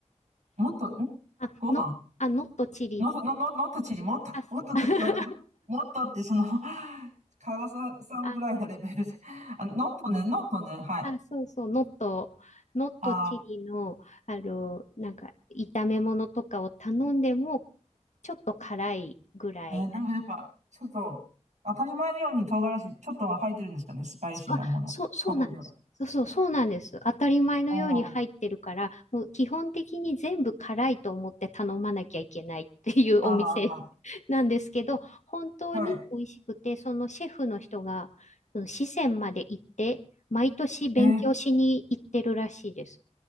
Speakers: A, on the right; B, on the left.
A: もっと、
B: あ、
A: ご飯
B: ノ、あ、ノットチリ、
A: の、の、の、のっとちり、もっと、
B: あ、
A: もっとって聞こえた。
B: <laughs>
A: もっとって、その、<laughs> 辛ささんぐらいのレベルで。
B: あ
A: あ、ノットね、ノットね、はい。
B: あ、そうそう、ノット、ノットチリの、
A: あ
B: あの、なんか、炒め物とかを頼んでも、ちょっと辛いぐらい。
A: ー、えーなんかやっぱ、ちょっと、当たり前のように唐辛子、ちょっとが入ってるんですかね、スパイシーなもの。
B: そあ、そう、そうなんです。
A: 調味料。
B: そうそう、そうなんです。当たり前のように入ってるから、
A: おー、
B: もう基本的に全部辛いと思って頼まなきゃいけないっていうお店
A: あらあら。
B: <laughs> なんですけど、本当に美味しくて、
A: はい。
B: そのシェフの人が、その四川まで行って、毎年勉強しに行ってるらしいです。
A: えー